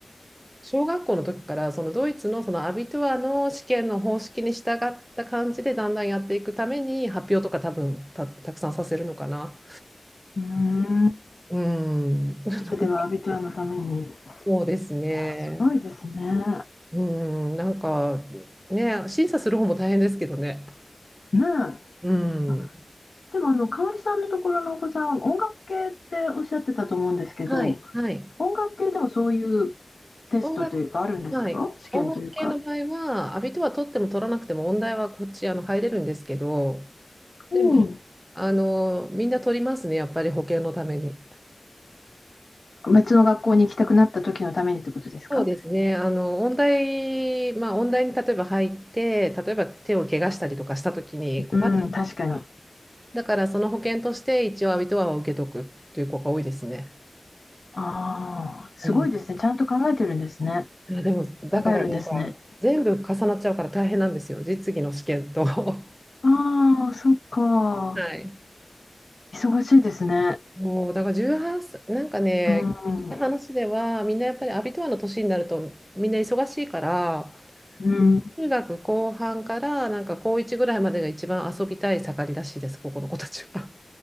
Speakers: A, on the right; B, on the left.
A: 小学校の時から、そのドイツのそのアビトゥアの試験の方式に従った感じで、だんだんやっていくために、発表とか多分た、たくさんさせるのかな。
B: うーん。
A: うん。<laughs>
B: すべてはアビトラのために。い
A: そうですね。
B: や、すごいですね。
A: うん。なんか、ね、審査する方も大変ですけどね。
B: ねえ。
A: うん。
B: あ、でも、あの、香織さんのところのお子さんは音楽系っておっしゃってたと思うんですけど、
A: はい、はい。
B: 音楽系でもそういうテストというか、
A: 音楽、
B: あるんですか試験というか。
A: はい。音楽系の場合は、アビとは取っても取らなくても、音大はこっちあの入れるんですけど、
B: うん
A: でも、あの、みんな取りますね、やっぱり保険のために。
B: 別の学校に行きたくなった時のためにってことですか
A: そうですね、あの、音大、まあ、音大に例えば入って、例えば手を怪我したりとかしたときに困っちゃうから。
B: うん、確かに。
A: だから、その保険として一応アビトアは受けとくっていう子が多いですね。
B: ああ、すごいですね。
A: うん。
B: ちゃんと考えてるんですね。
A: いや、でも、だからなんか、
B: 考えるんですね。
A: 全部重なっちゃうから大変なんですよ、実技の試験と。<laughs>
B: ああ、そっか。
A: はい。
B: 忙しいですね。
A: もうだから18歳、なんかね、
B: うん。
A: 聞いた話では、みんなやっぱりアビトアの年になると、みんな忙しいから、
B: うん。
A: 中学後半から、なんか高1ぐらいまでが一番遊びたい盛りらしいです、ここの子たちは。